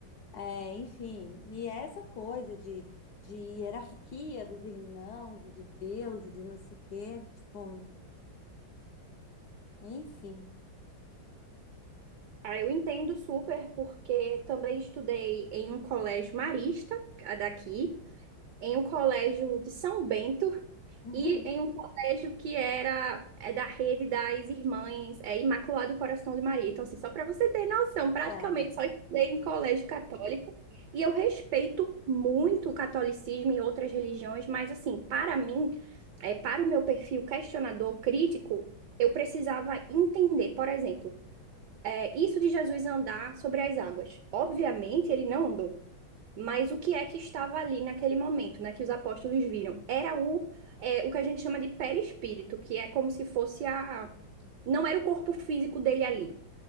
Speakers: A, on the left (about 70°); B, on the right (about 70°).
A: É, enfim, e essa coisa de, de hierarquia dos irmãos e de Deus e de não sei o quê, tipo, enfim.
B: Ah, eu entendo super, porque também estudei em um colégio marista, a daqui, em um colégio de São Bento
A: <laughs>
B: e em um colégio que era é da rede das Irmãs é, Imaculado Coração de Maria. Então, assim, só para você ter noção, praticamente
A: Tem.
B: só estudei em colégio católico. E eu respeito muito o catolicismo e outras religiões, mas, assim, para mim, é, para o meu perfil questionador, crítico, eu precisava entender, por exemplo é, isso de Jesus andar sobre as águas. Obviamente, ele não andou. Mas o que é que estava ali naquele momento, né, que os apóstolos viram? Era o, é, o que a gente chama de perispírito, que é como se fosse a. Não era o corpo físico dele ali.